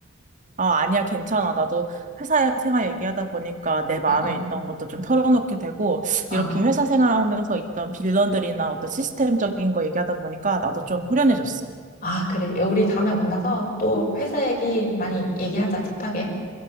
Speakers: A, on the right; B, on the left.
A: 아, 아니야, 괜찮아. 나도 회사 생활 얘기하다 보니까 내 마음에
B: <laughs> 어, 어,
A: 있던 것도 좀 털어놓게 되고,
B: 어.
A: 이렇게 회사 생활하면서 있던 빌런들이나 어떤 시스템적인 거 얘기하다 보니까 나도 좀 후련해졌어.
B: 아, 그래. 야, 우리 다음에 만나서 또 회사 얘기 많이 얘기하자, 딥하게.